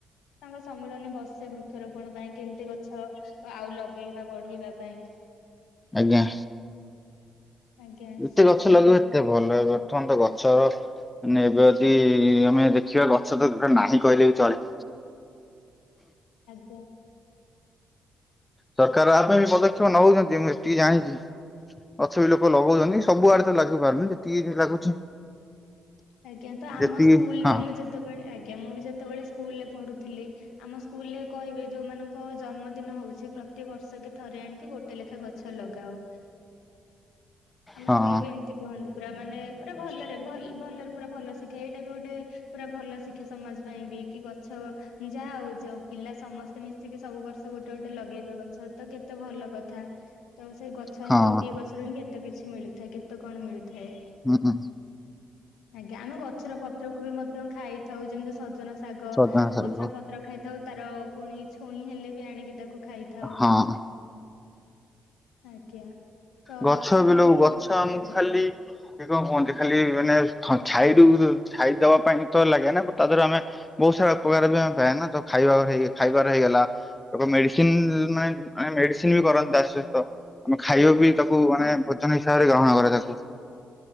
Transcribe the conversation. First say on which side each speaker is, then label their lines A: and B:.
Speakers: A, on the left (about 75°); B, on the left (about 20°).
A: ତାଙ୍କ ସମ୍ମିଳନୀ ବସେ ବୃକ୍ଷରୋପଣ ପାଇଁ କେମିତି ଗଛ ଆଉ ଲଗେଇବା ବଢେଇବା ପାଇଁ
B: ଆଜ୍ଞା।
A: ଆଜ୍ଞା
B: ଯେତେ ଗଛ
A: ତ
B: ଲଗେଇବ ସେତେ ଭଲ ହେବ। ପ୍ରଥମ ତ ଗଛ ନେବେ ଯଦି ଆମେ ଦେଖିବା ଗଛ ତ ଗୋଟେ ନାହିଁ କହିଲେ ବି ଚଳେ।
A: ସେ
B: ସରକାର ଆ ପାଇଁ ବି ପଦକ୍ଷେପ ନଉଛନ୍ତି ମୁଁ ଏତିକି ଜାଣିଛି ଗଛ ବି ଲୋକ ଲଗଉଛନ୍ତି ସବୁ ଆଡେ ତ ଲାଗି ପାରୁନି ଯେତିକି ଲାଗୁଛି
A: ଆଜ୍ଞା ତ ଆମ
B: ଯେତିକି
A: ସ୍କୁଲରେ
B: ହଁ
A: ବି ମୁଁ ଯେତେବେଳେ ଆଜ୍ଞା ମୁଁ ବି ଯେତେବେଳେ ସ୍କୁଲରେ ପଢୁଥିଲି ଆମ ସ୍କୁଲ ରେ କହିବେ ଯୋଉମାନଙ୍କ ଜନ୍ମଦିନ ହଉଛି ପ୍ରତି ବର୍ଷକେ ଥରେ ଆଣିକି ଗୋଟେ ଲେଖା ଗଛ ଲଗାଅ। ଆମ
B: ହଁ
A: ସ୍କୁଲରେ ବି ଏମିତି କୁହନ୍ତି। ପୁରା ମାନେ ପୁରା ଭଲରେ ଭଲ ଭଲରେ ପୁରା ଭଲ ଶିକ୍ଷା ଏଇଟା ବି ଗୋଟେ ପୁରା ଭଲ ଶିକ୍ଷା ସମାଜ ପାଇଁ ବି କି ଗଛ ଯାହା ହଉଛି ହଉ ପିଲା ସମସ୍ତେ ମିଶିକି ସବୁ ବର୍ଷ ଗୋଟେ ଗୋଟେ ଲଗେଇବେ ଗଛ ତ କେତେ ଭଲ କଥା। ତ ସେ ଗଛ
B: ହଁ
A: ହିଁ ଗୋଟିଏ ଗଛରୁ ହିଁ କେ କେତେ କିଛି ମିଳିଥାଏ କେତେ କଣ ମିଳିଥାଏ। ଥାଏ।
B: ହୁଁ,
A: ଆଜ୍ଞା ଆମେ ଗଛର ପତ୍ରକୁ ବି ମଧ୍ୟ ଖାଇଥାଉ ଯେମିତି ସଜନା ସା ଶାଗ
B: ସଜନା ଶାଗ
A: ଗଛର ପତ୍ର ଖାଇ ଖାଉ ତାର ପୁଣି ଛୁଇଁ ହେଲେ ବି ଆଣିକି ତାକୁ ଖାଇଥାଉ।
B: ହଁ
A: ଆଜ୍ଞା। ତ
B: ଗଛ
A: ଆମିତିରେ
B: ବିଲୋଉ ଗଛ
A: ବି
B: ଆମକୁ
A: ଆଜ୍ଞା
B: ଖାଲି ସେ କଣ କୁହନ୍ତି ଖାଲି ମାନେ ଥ ଛାଇ ରୁ ଛାଇ ଦେବା ପାଇଁ ତ ଲାଗେ ନା ବଟ ତା ଦେହରେ ଆମେ ବହୁତ ସାରା ଉପକାର ବି ଆମେ ପାଇଆ ନା ତ ଖାଇବା ହେ ଇ ଖାଇବାର ହେଇଗଲା ତ ପ ମେଡିସିନ ନାଇଁ ମେଡିସିନ ବି କରନ୍ତି ତା ସହିତ ଆମେ ଖାଇବା ବି ତାକୁ
A: ଆଜ୍ଞା
B: ମାନେ ଭୋଜନ ହିସାବରେ ଗ୍ରହଣ କର ତାକୁୁ